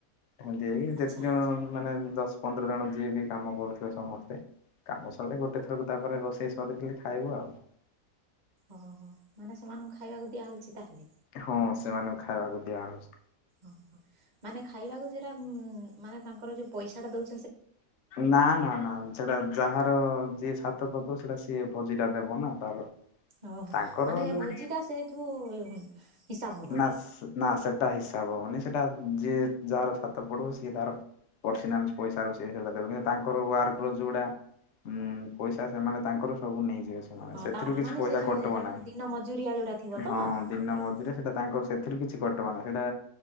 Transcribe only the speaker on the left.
ଏନ୍ତି ହେଇ କି
ଯେତେ ଜଣ ମାନେ ଦଶ ପନ୍ଦର ଜଣ ଯିଏ ବି କାମ କରୁଥିବେ ସମସ୍ତେ କାମ ସରିଲେ ଗୋଟେ ଥରକୁ ତାପରେ ରୋଷେଇ ସରିଥିଲେ ଖାଇବ ଆଉ।
ହଁ ସେମାନଙ୍କୁ ଖାଇବାକୁ ଦିଆହଉଛି।
ନା ନା ନା ସେଟା ଯାହାର ଯିଏ ଛାତ ପକେଇବ ସେଟା ସିଏ ଭୋଜିଟା ଦେବ ନା ତାର।
ତାଙ୍କର
ଯୋଉ
ନା ନା ସେଟା ହିସାବ ହବନି ସେଟା ଯିଏ ଯାହାର ଛାତ ପଢିବ ସିଏ ତାର ପର୍ସନାଲ ପଇସା ର ସେ ସେଟା ଦେବ କିନ୍ତୁ ତାଙ୍କର ୱାର୍କର ଯୋଉଟା ଉଁ ପଇସା ସେମାନେ ତାଙ୍କର ସବୁ ନେଇଯିବେ। ସେମାନେ
ସେଥିରୁ
କିଛି
ପଇସା
କଟିବ ନାହିଁ।
ହଁ
ଦିନ ମଜୁରିଆ ସେଟା ତାଙ୍କର ସେଥିରୁ କିଛି କଟିବ ନା ସେଇଟା